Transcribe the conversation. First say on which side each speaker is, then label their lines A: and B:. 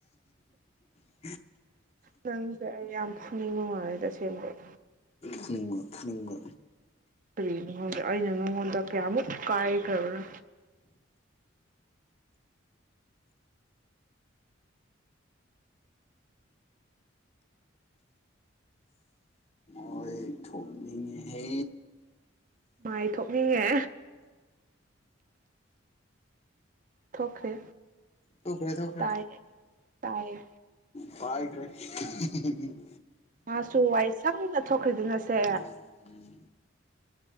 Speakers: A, on the left; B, on the right.
A: ꯎ
B: ꯅꯪꯁꯦ ꯑꯩ ꯌꯥꯝ ꯐꯨꯅꯤꯡ ꯃꯃꯥꯡꯉꯩꯗ ꯑꯁꯦꯡꯕꯩ
A: ꯐꯨꯅꯤꯡꯕ ꯐꯨꯅꯤꯡꯕ
B: ꯀꯔꯤ ꯅꯪꯉꯣꯟꯗ ꯑꯩꯅ ꯅꯉꯣꯟꯗ ꯀꯌꯥꯃꯨꯛ ꯀꯥꯏꯈ꯭ꯔꯕ꯭ꯔꯥ
A: ꯍꯣꯏ ꯊꯣꯛꯅꯤꯡꯉꯦꯍꯦ
B: ꯃꯣꯏ ꯊꯣꯛꯅꯤꯡꯉꯦ ꯊꯣꯛꯈ꯭ꯔꯦ
A: ꯊꯣꯛꯈ꯭ꯔꯦ ꯊꯧꯈ꯭ꯔꯦ
B: ꯇꯥꯏꯌꯦ ꯇꯥꯏꯌꯦ
A: <inaudible>
B: ꯃꯥꯁꯨ ꯋꯥꯏ ꯁꯪꯅ ꯊꯣꯛꯈ꯭ꯔꯦꯗꯅ ꯁꯦ
A: ꯎꯝ ꯎꯝ